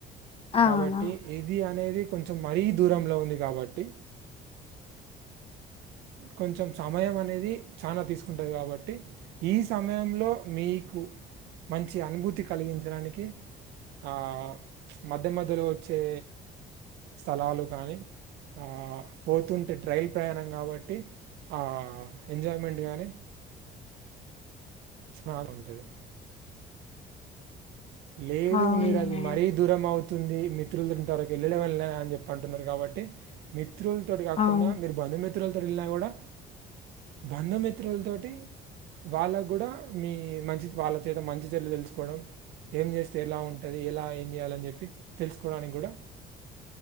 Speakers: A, on the left; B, on the right.
A: అవునా
B: కాబట్టి ఇది అనేది కొంచెం మరీ దూరంలో ఉంది కాబట్టి కొంచెం సమయం అనేది చానా తీసుకుంటాది కాబట్టి ఈ సమయంలో మీకు మంచి అనుభూతి కలిగించడాని కి ఆ మధ్య మధ్యలో వచ్చే స్థలాలు కానీ ఆ పోతుంటే ట్రైల్ ప్రయాణం కాబట్టి ట్టి ఆ ఎంజాయ్మెంట్ కానీ చిమా బాగా ఉంటది లేదు
A: అవునండి
B: మీరు అది మరీ దూరం అవుతు తుంది మిత్రుల ఇంత వరకు వెళ్ళనే వెళ్ళలే అని చెప్ప అంటున్నారు కాబట్టి మీదు మిత్రులతోటి కాకుండా
A: అవును
B: మీరు బంధుమిత్రులతో వెళ్ళినా కూడా బంధుమిత్రులతోటి వాళ్ళకు కూడా మీ మంచి వాళ్ళ చేత మంచి చెడులు తెలుసుకోవడం ఏం చేస్తే ఎలా ఉంటది ఎలా ఏం చేయాలని చెప్పి తెలుసుకోవడానికి కూడా